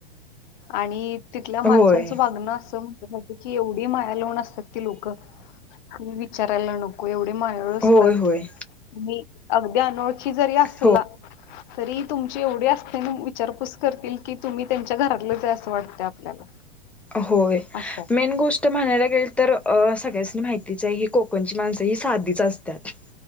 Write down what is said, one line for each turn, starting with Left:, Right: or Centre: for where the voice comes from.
Left: आणि तिथल्या माणसांचं
Centre: होय
Left: वागणं असं म्हणंतात ना त्याची एवढी माया लाऊन असतात ती लोकं विचारायला नको, एवढे मायळू असतात.
Centre: होय होय
Left: मी अगदी अनोळखी जरी असला.
Centre: हो
Left: तरी तुमची एवढी असते न, विचारपूस करतील की, तुम्ही त्यांच्या घरातलं आहे. असं वाटते आपल्याला
Centre: होय.
Left: असं आहे
Centre: मेन गोष्ट त म्हणायला गेल तर सगळ्यांसनी माहितीच आहे. हे कोकणची माणसं ही साधीच असत्यात.